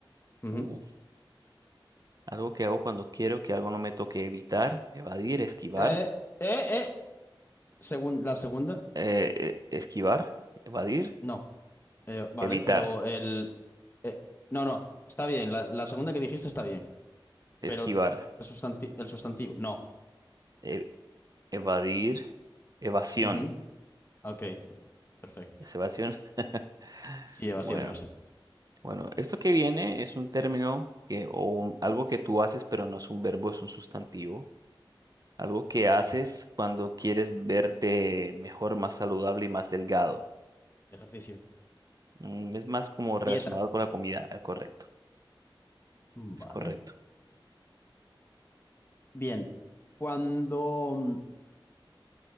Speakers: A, on the left; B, on the right.
A: Ujú.
B: Uf, algo que hago cuando quiero que algo no me toque. Evitar, evadir, esquivar.
A: Eh, eh, eh. Segun- la segunda,
B: eh, eh, esquivar, evadir,
A: no. Eh, vale,
B: evitar,
A: pero el... eh, no, no, está bien. La, la segunda que dijiste está bien.
B: esquivar,
A: Pero el sustanti- el sustantivo, no.
B: e- evadir, evasión.
A: Ujú, Ok, perfecto.
B: ¿Es evasión? <laughs> <sighs>
A: Sí, evasión,
B: Bueno,
A: evasión.
B: bueno, esto que viene es un término que, o un- algo que tú haces, pero no es un verbo, es un sustantivo. Algo que haces cuando quieres verte mejor, más saludable y más delgado.
A: Ejercicio.
B: Mm, es más como relacionado
A: Dieta.
B: con la comida, eh, correcto,
A: Vale.
B: es correcto.
A: Bien, cuando... mm,